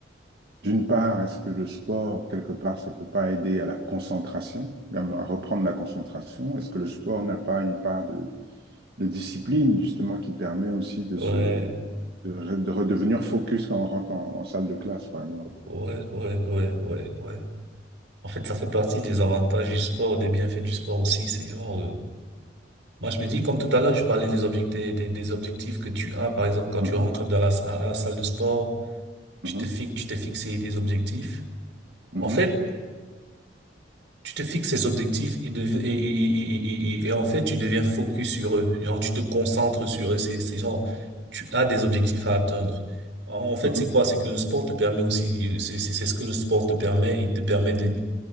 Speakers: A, on the right; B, on the right.
A: D'une part, est-ce que le sport, quelque part, ça peut pas aider à la concentration, même à reprendre la concentration? Est-ce que le sport n'a pas une part de, de discipline, justement, qui permet aussi de
B: Ouais,
A: se, de, re- de redevenir focus quand on rentre en, en salle de classe, par exemple?
B: ouais, ouais, ouais, ouais, ouais. En fait, ça fait partie des avantages du sport, des bienfaits du sport aussi. C'est genre, euh, moi je me dis, comme tout à l'heure, je parlais des objectifs, des, des, des objectifs que tu as. Par exemple, quand
A: Mhm,
B: tu rentres dans la, sa- à la salle de sport, tu
A: mhm,
B: te fixes, tu t'es fixé des objectifs.
A: mhm,
B: En fait, tu te fixes ces objectifs et, de- et, et, et, et, et- et en fait, tu deviens focus sur eux. Genre, tu te concentres sur eux. C'est, c'est genre, tu as des objectifs à atteindre. En en fait,
A: mhm.
B: c'est quoi? C'est que le sport te permet aussi, euh, c'est c'est- c'est ce que le sport te permet. Il te permet de,